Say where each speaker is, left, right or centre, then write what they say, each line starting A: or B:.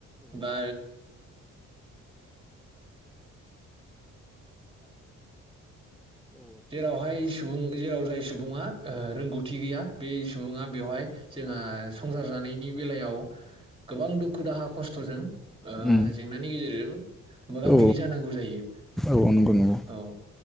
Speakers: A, on the right; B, in the centre.
A: बा दा जेरावहाय सुबुं जेराव जाय सुबुङा ओ रोंगौथि गैया बे सुबुङा बेवहाय जोंहा संसार जानायनि बेलायाव गोबां दुखु दाहा खस्थजों ओ
B: उम
A: जेंनानि गेजेरजों मोगा
B: औ
A: मोगि जानांगौ जायो
B: औ नंगौ
A: औ